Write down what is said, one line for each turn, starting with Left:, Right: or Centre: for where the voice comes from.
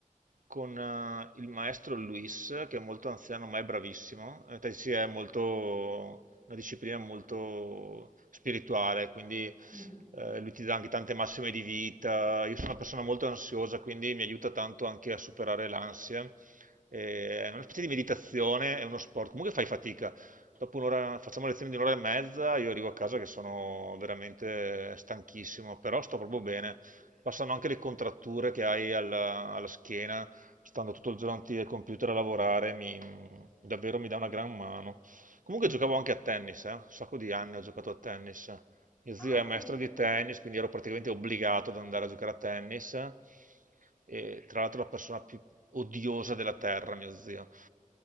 Right: con eh, il maestro Luis, che è molto anziano ma è bravissimo. Eh, tai Chi è molto, una disciplina molto spirituale, quindi
Left: Mhm.
Right: eh, lui ti dà anche tante massime di vita. Io sono una persona molto ansiosa, quindi mi aiuta tanto anche a superare l'ansia. Eh, È una specie di meditazione, è uno sport. Comunque fai fatica dopo un'ora, facciamo lezioni di un'ora e mezza, io arrivo a casa che sono veramente stanchissimo, però sto proprio bene. Passano anche le contratture che hai alla, alla schiena, stando tutto il giorno davanti al computer a lavorare, mi- davvero mi dà una gran mano. Comunque giocavo anche a tennis, eh, Un sacco di anni ho giocato a tennis. Mio zio
Left: Ah, sì?
Right: è maestro di tennis, quindi ero praticamente obbligato ad andare a giocare a tennis. E, tra l'altro la persona più odiosa della terra, mio zio.